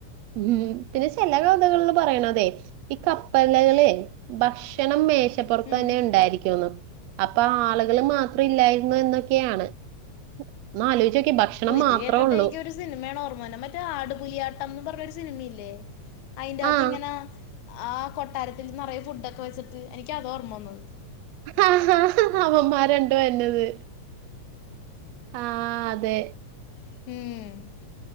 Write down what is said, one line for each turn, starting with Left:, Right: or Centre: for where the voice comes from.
Right: ഉം പിന്നെ ചില കവിതകളിൽ പറയണതെ ഈ കപ്പലു കളിളെ ഭക്ഷണം മേശപ്പുറത്ത്
Left: ഉം
Right: തന്നെ ഉണ്ടായിരിക്കും അപ്പൊ ആളുകൾ മാത്രം ഇല്ലായിരുന്നു എന്നൊക്കെയാണ് ഒന്ന് ആലോചിച്ചോക്കി ഭക്ഷണം
Left: ഓ ഇത്
Right: മാത്രേ
Left: കേട്ടിട്ട്
Right: ഉള്ളൂ
Left: എനിക്കൊരു സിനിമയാണ് ഓർമ വന്നേ മറ്റേ ആടുപുലിയാട്ടംന്ന് പറഞ്ഞൊ ഒരു സിനിമയില്ലേ അതിന്റെ അകത്ത്
Right: ആഹ്
Left: ഇങ്ങനെ ആ കൊട്ടാരത്തിൽ നിറയ ഫുഡൊക്കെ വെച്ചിട്ട് എനിക്ക് അതാ ഓർമ്മ വന്നത്
Right: ആ ഹാ ഹാ അവന്മാര് രണ്ട് വന്നത് ആഹ് അതെ
Left: ഇമ്